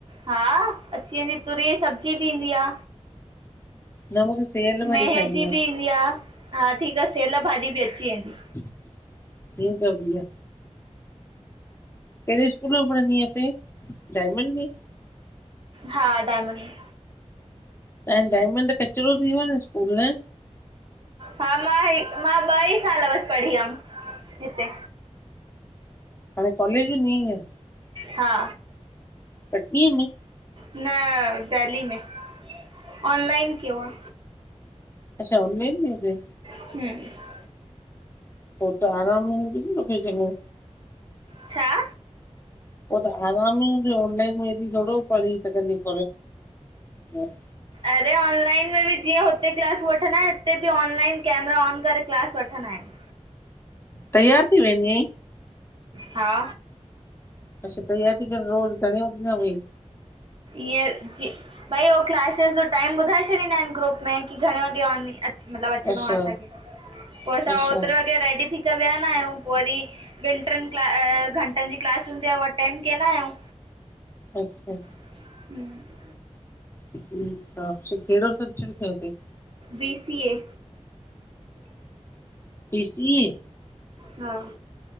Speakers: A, on the right; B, on the left.
A: हा अची वेंदी तुरीअ जी सब्जी बि ईंदी आ
B: न मुखे सेयल भाॼी
A: मेहे
B: खाइणी
A: जी बि ईंदी आ हा ठीक आं सेयल भाॼी बि अची वेंदी।
B: ठीक आ भईया। केड़े स्कूल में पढ़ंदी आहीं हुते, डायमंड में?
A: हा डायमंड में।
B: त हाणे डायमंड त कचरो थी वियो आ न स्कूल न।
A: हा मां हे मां ॿ ई साल पढ़ी हम हिते।
B: हाणे कॉलेज वेंदी आहे छा?
A: हा
B: कटनीअ में,
A: न देहली में ऑनलाइन कियो आ।
B: अच्छा ऑनलाइन कयो तई।
A: हम
B: पो त आराम हुंदी न तोखे चंञो।
A: छा
B: पो त आराम ई हुंदई ऑनलाइन में बि थोड़ो पढ़ी सघंदीअ <unintelligible>
A: अरे ऑनलाइन में बि जीअं हुते क्लास वठंदा आहिन हिते बि ऑनलाइन कैमरा ऑन करे क्लास वठंदा आहिन।
B: तैयार थी वेंदी आईं।
A: हा
B: अच्छा तैयार थी करे, रोज घणे वॻे खां वेहीं?
A: ईअं जी भई हो क्लासेस जो टाइम ॿुधाए छॾींदा आहिन ग्रुप में कि घणे वॻे ऑनलाइन अच मतलब अचणो
B: अच्छा
A: आ असांखे पो असां
B: अच्छा
A: ओतरे वॻे रेडी थी करे वेहंदा आयूं पो वरी ॿिन ट्रिन क्लास अ घंटन जी क्लास हूंदी आ हूअ अटेंड केंदा आयूं।
B: अच्छा
A: हम
B: ठीक आ फिर केड़ो सब्जेक्ट खंयो तई?
A: B C A
B: B C A
A: हा